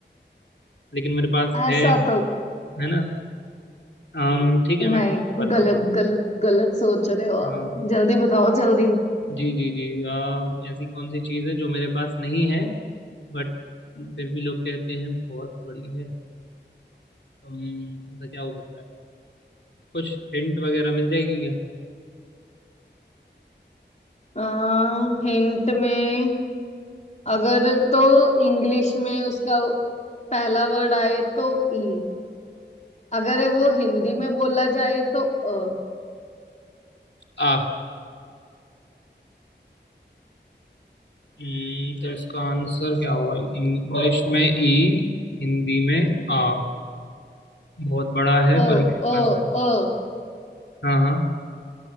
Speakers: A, on the left; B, on the left.
A: लेकिन मेरे पास
B: ऐसा
A: है
B: तो
A: है ना अम, ठीक है
B: नहीं
A: मैं इसको बताता
B: गलत
A: हूँ
B: गलत गलत सोच रहे हो
A: हाँ
B: आप जल्दी बताओ जल्दी
A: जी जी जी अम, ऐसी कौन सी चीज़ है जो मेरे पास नहीं है बट फिर भी लोग कहते हैं बहुत बड़ी है अम, ऐसा क्या हो सकता है कुछ हिंट वगैरह मिल जाएगी क्या
B: आ, हिंट में अगर तो इंग्लिश में उसका पहला वर्ड आए तो ई अगर वो हिंदी में बोला जाए तो अ
A: आ अम, तो इसका आंसर क्या होगा इंग्लिश में ई हिंदी में आ बहुत बड़ा है
B: ओ
A: पर मेरे
B: ओ
A: पास नहीं
B: ओ
A: हाँ हाँ